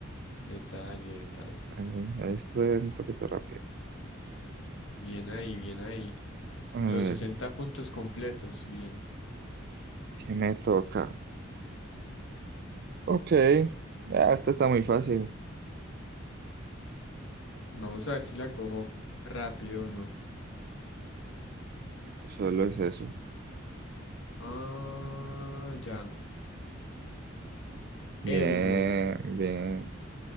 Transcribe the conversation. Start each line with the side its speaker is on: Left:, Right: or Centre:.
Left: Detalle, detalle.
Right: Eh, Ahí estuve un poquito rápido.
Left: Bien ahí, bien ahí.
Right: A
Left: Los
Right: ver,
Left: sesenta puntos completos, bien.
Right: ¿qué me toca? Ok. Ah, esta está muy fácil.
Left: Vamos a ver si la cojo rápido o no.
Right: Solo es eso.
Left: Ah, ya.
Right: Bien,
Left: Euro.
Right: bien.